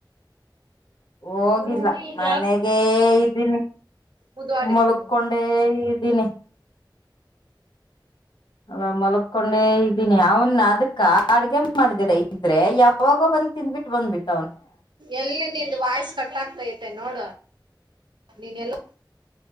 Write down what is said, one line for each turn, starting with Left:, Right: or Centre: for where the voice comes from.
Left: ಹೋಗಿಲ್ಲ
Right: ಹ್ಮ
Left: ಮನೆಗೆೇ ಇದ್ದೀನಿ
Right: ಮುದ್ವಾಡಿ
Left: ಮಲ್ಕೊಂಡೇ ಇದ್ದೀನಿ ಅಲ್ಲ ಮಲಕೊಂಡೆ ಇದ್ದೀನಿ ಅವನ್ ಅದಕ್ಕ ಅಡ್ಗೆ ಮಾಡಿದಿರ ಇದ್ರೆ ಯಾವಾಗೋ ಬಂದ್ ತಿಂದ್ಬಿಟ್ಟು ಬಂದ್ಬಿಟ್ಟು
Right: ಎಲ್ಲಿ ನಿಂದ ವಾಯಸ ಕಟ ಆಗ್ತಾ ಇತ್ತು ಮತ್ತ ನೋಡ ನೀನ್ ಎಲ್ಲ